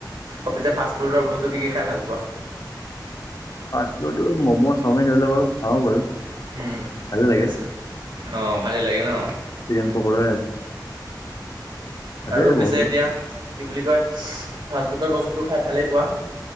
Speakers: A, on the right (about 80°); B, on the left (about 50°).
A: অ পিছে ফাষ্ট ফুডৰ বস্তু কি কি খাই ভাল পোৱা
B: পাঁচ কিলো ম'ম' চাওমিন এইবিলাক বাৰু খাওঁ বাৰু
A: উম ঠিকে
B: ভালে লাগে
A: আছে অ ভালেই লাগে ন
B: চিকেন পকৰা আছে
A: আৰু
B: বহুত
A: পিছে
B: বস্তু
A: এতিয়া কি বুলি কয় ফাষ্টফুডৰ বস্তুতো খাই ভালেই পোৱা